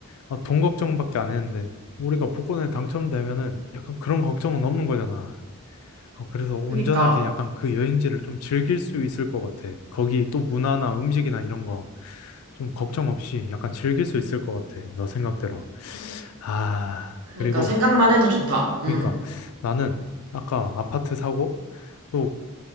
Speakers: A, on the left; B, on the right.
A: 아, 돈 걱정밖에 안 했는데 우리가 복권에 당첨되면은 약간 그런 걱정은 없는 거잖아. 아, 그래서 온전하게
B: 그니까,
A: 약간 그 여행지를 좀 즐길 수 있을 것 같아. 거기 또 문화나 음식이나 이런 거 좀 걱정 없이 약간 즐길 수 있을 것 같아. 너 생각대로. 아,
B: 그니까
A: 그리고
B: 생각만 해도 좋다. 음,
A: 그러니까 나는 아까 아파트 사고 또